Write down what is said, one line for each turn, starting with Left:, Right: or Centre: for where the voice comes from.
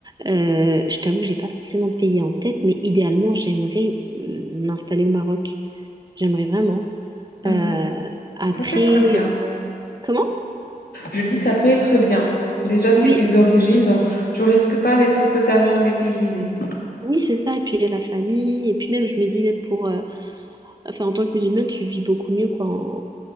Right: Euh, je t'avoue que j'ai pas forcément de pays en tête, mais idéalement, j'aimerais hum, m'installer au Maroc. J'aimerais vraiment.
Left: mhm.
Right: Euh, après,
Left: Ça peut être bien.
Right: comment?
Left: Je dis ça peut être bien. Déjà,
Right: Oui,
Left: c'est tes origines, donc tu risques pas d'être totalement dépaysé.
Right: oui, c'est ça. Et puis il y a la famille. Et puis même, je me dis même pour, euh, Enfin, en tant que musulmane, tu vis beaucoup mieux quoi, en-